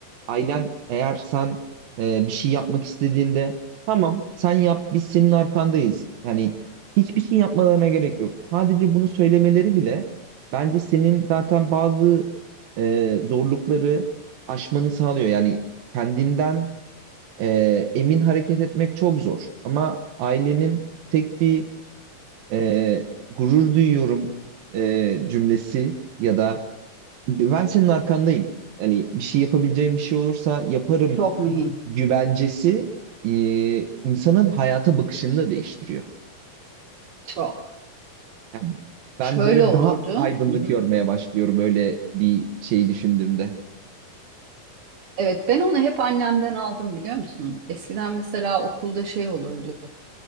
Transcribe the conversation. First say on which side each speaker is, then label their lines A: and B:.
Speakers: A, on the right; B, on the right.
A: ailen eğer sen e, bir şey yapmak istediğinde tamam sen yap biz senin arkandayız. Yani Hiçbir şey yapmalarına gerek yok. Sadece bunu söylemeleri bile bence senin zaten bazı e, zorlukları aşmanı sağlıyor. Yani kendinden e, emin hareket etmek çok zor. Ama ailenin tek bir e, gurur duyuyorum e, cümlesi ya da ben senin arkandayım. Yani bir şey yapabileceğim bir şey olursa yaparım
B: Çok mühim.
A: güvencesi e, insanın hayata bakışını da değiştiriyor.
B: Çok.
A: Yani ben
B: Şöyle
A: böyle
B: olurdu.
A: daha aydınlık
B: Hı hı.
A: görmeye başlıyorum öyle bir şey düşündüğümde.
B: Evet ben onu hep annemden aldım biliyor musun? Eskiden mesela okulda şey olurdu.